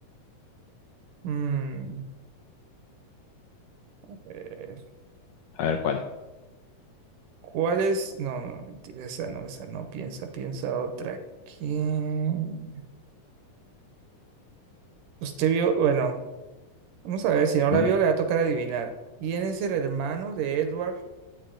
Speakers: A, on the right; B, on the left.
A: mm, a ver,
B: a ver cuál.
A: ¿cuál es? No, no, mentira, esa no, esa no. Piensa, piensa otra. ¿Quién? Usted vio, bueno, vamos a ver, si no la
B: Ujú,
A: vio, le va a tocar adivinar. ¿Quién es el hermano de Edward